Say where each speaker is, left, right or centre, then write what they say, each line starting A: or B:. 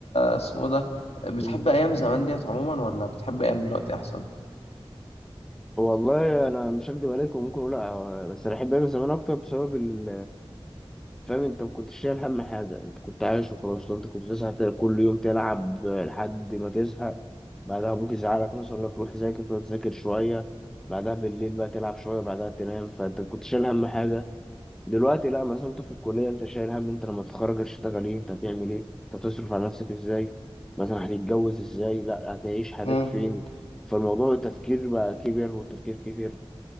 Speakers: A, on the left; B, in the centre.
A: اسمه ده بتحب
B: أمم.
A: ايام زمان ديت عموما ولا بتحب ايام دلوقتي احسن
B: والله أنا مش هكدب عليكم ممكن أقول لأ بس أنا أحب أعمل زمان أكتر بسبب ال فاهم انت ما كنتش شايل هم حاجه انت كنت عايش وخلاص لو انت كنت تزهق كل يوم تلعب لحد ما تزهق بعدها ابوك يزعلك مثلا يقول لك روح ذاكر فتذاكر شويه بعدها بالليل بقى تلعب شويه بعدها تنام فانت كنت شايل هم حاجه دلوقتي لا مثلا انت في الكليه انت شايل هم انت لما تتخرج هتشتغل ايه انت هتعمل ايه انت هتصرف على نفسك ازاي مثلا هتتجوز ازاي لا هتعيش حياتك
A: امم
B: فين فالموضوع التفكير بقى كبر والتفكير كتير